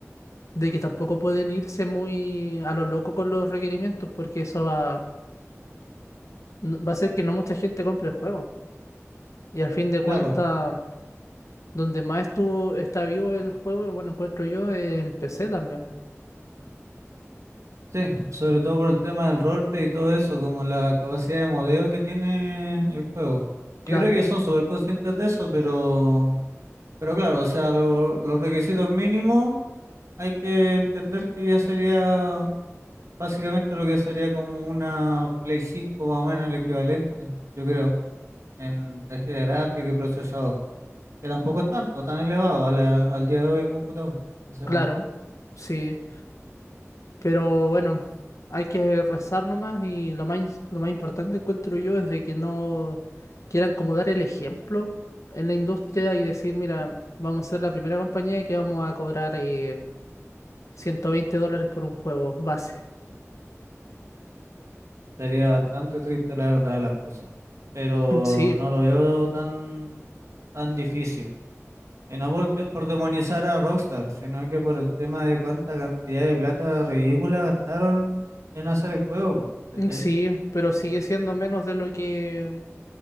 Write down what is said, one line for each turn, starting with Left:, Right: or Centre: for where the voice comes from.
Left: de que tampoco pueden irse muy a lo loco con los requerimientos porque eso va, no- va a hacer que no mucha gente compre el juego. Y al fin de cuentas,
Right: Claro,
Left: donde más estuvo, está vivo el juego, bueno, encuentro yo, eh, en PC también.
Right: sí, sobre todo por el tema del roleplay y todo eso, como la capacidad de modeo que tiene el juego.
Left: Claro,
Right: Yo creo que son súper conscientes de eso, pero, pero claro, o sea, lo- los requisitos mínimos hay que entender que ya sería básicamente lo que sería como una Play cinco más o menos el equivalente, yo creo, en tarjeta gráfica y procesador. que tampoco es tanto, tan elevado a la- al día de hoy en computador, sinceramente.
Left: claro, sí. Pero bueno, hay que rezar nomás y lo más, lo más importante encuentro yo es de que no quieran como dar el ejemplo en la industria y decir, mira, vamos a ser la primera compañía que vamos a cobrar eh, 120 dólares por un juego base.
Right: Sería bastante triste la verdad de las cosas, pero
Left: Mm, Sí,
Right: no lo veo tan, tan difícil. Y no porque, por demonizar a Rockstar, sino que por el tema de cuánta cantidad de plata ridícula gastaron en hacer el juego, po, ¿cachai?
Left: mm, sí, pero sigue siendo menos de lo que